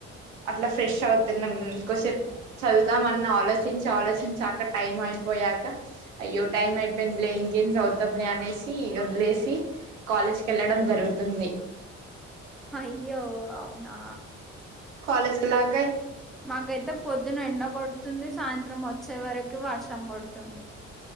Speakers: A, on the right (about 75°); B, in the centre.
A: అట్లా ఫ్రెష్ అవుతున్నాం కోసేపు చదువుదాం అన్న ఆలోచించి ఆలోచించాక టైమయిపోయాక అయ్యో టైం అయిపోయింద్లే ఇంకేం చదుతాంలే అనేసి ఓద్లేసి కాలేజ్కేళ్ళడం జరుగుతుంది
B: అయ్యే అవునా
A: కాలేజీకెళ్ళాక
B: మాకైతే పొద్దున ఎండ్కొడుతుంది సాయంత్రం వచ్చే వరకు వర్షం కొడు తుంది